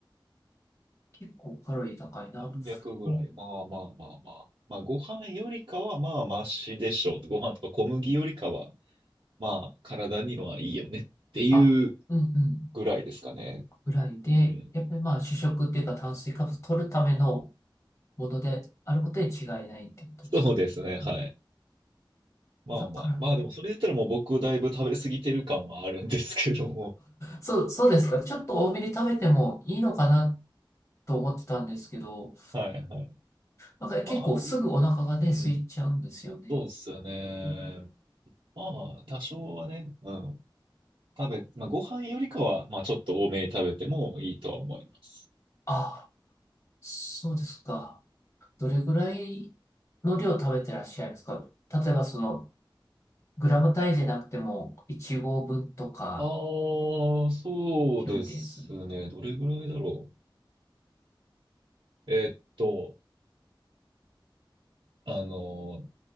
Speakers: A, on the left; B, on the right.
A: 結構カロリー高いなと。
B: 300ぐらい。
A: うん、
B: まあまあまあまあ。まあご飯よりかはまあマシでしょう。ご飯とか小麦よりかは、まあ体にはいいよねっていう
A: あ、うんうん。
B: ぐらいですかね。
A: ぐらいで、
B: うん。
A: やっぱりまあ主食っていうか炭水化物取るためのものであることに違いないってことですね。
B: そうですね、はい。
A: うん
B: まあまあ。
A: だから、
B: まあでもそれ言ったらもう僕だいぶ食べ過ぎてる感はあるんですけども。
A: そう、そうですか。ちょっと多めに食べてもいいのかなと思ってたんですけど、
B: はいはい。
A: なんか結構すぐお腹がね、
B: まあいい。うん。
A: 空いちゃうんですよね。
B: そうですよね。
A: うん
B: まあ、多少はね、うん。食べ、まあ、ご飯よりかは、まあ、ちょっと多めに食べてもいいとは思います。
A: ああそうですか。どれぐらいの量食べてらっしゃいますか例えばその、グラム単位じゃなくても、1合分とか
B: ああ、そうですね。
A: 表現する。
B: どれぐらいだろう。えーっと、あの、